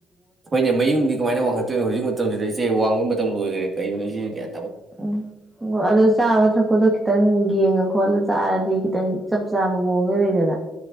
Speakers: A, on the right; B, on the right.
A: ꯍꯣꯏꯅꯦ ꯃꯌꯨꯝꯗꯤ ꯀꯃꯥꯏꯅ ꯋꯥꯡꯈꯠ ꯀꯣꯏꯅꯣ ꯍꯧꯖꯤꯛ ꯃꯇꯝꯁꯤꯗ ꯏꯆꯦ ꯋꯥꯡꯕꯒꯤ ꯃꯇꯝ ꯂꯣꯏꯈ꯭ꯔꯦ ꯀꯔꯤꯒꯤꯅꯣ ꯁꯤꯦ ꯀꯌꯥ
B: ꯎꯝ ꯑꯣ ꯑꯗꯨ ꯆꯥꯕ ꯊꯛꯄꯗꯣ ꯈꯤꯇꯪ ꯌꯦꯡꯉ ꯈꯣꯠꯂ ꯆꯥꯔꯗꯤ ꯈꯤꯇꯪ ꯆꯞ ꯆꯥꯕ ꯃꯑꯣꯡꯗ ꯂꯩꯗꯅ